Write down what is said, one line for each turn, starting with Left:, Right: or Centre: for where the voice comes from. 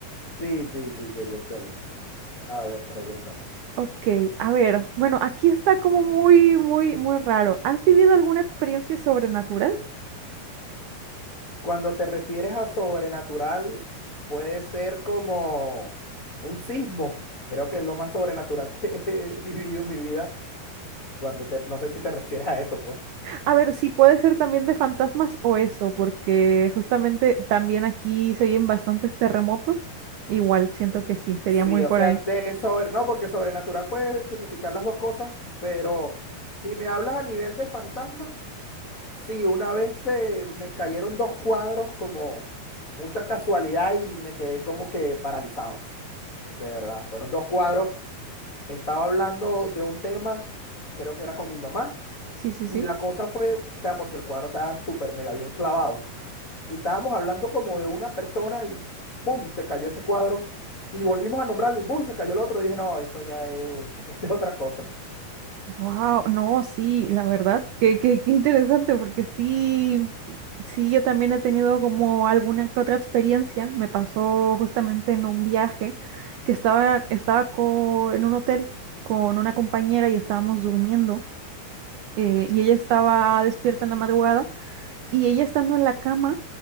Left: Sí, sí, sí, sería excelente. A ver, pregúntame.
Right: Ok, a ver, bueno, aquí está como muy, muy, muy raro. ¿Has vivido alguna experiencia sobrenatural?
Left: Cuando te refieres a sobrenatural, puede ser como un sismo. Creo que es lo más sobrenatural que <laughs> he vivido en mi vida. Cuando te, no sé si te refieres a eso, pues.
Right: A ver, sí, puede ser también de fantasmas o eso, porque justamente también aquí se oyen bastantes terremotos. Igual, siento que sí, sería
Left: Sí,
Right: muy por
Left: o sea,
Right: ahí.
Left: de sobre, no, porque sobrenatural puede significar las dos cosas, pero si me hablas a nivel de fantasma. Sí, una vez se me cayeron dos cuadros como mucha casualidad y me quedé como que paralizado, de verdad. Fueron dos cuadros. Estaba hablando de un tema, creo que era con mi mamá,
Right: Sí, sí,
Left: y
Right: sí.
Left: la cosa fue, o sea, porque el cuadro estaba súper mega bien clavado. Y estábamos hablando como de una persona y ¡boom! se cayó ese cuadro. Y volvimos a nombrarlo y ¡boom! se cayó el otro. Dije, no, esto ya es, <laughs> esto es otra cosa.
Right: Wow, no, sí, la verdad, que qué, qué qué interesante, porque sí. Sí, yo también he tenido como alguna que otra experiencia. Me pasó justamente en un viaje que estaba, estaba co- en un hotel con una compañera y estábamos durmiendo eh, y ella estaba despierta en la madrugada y ella estando en la cama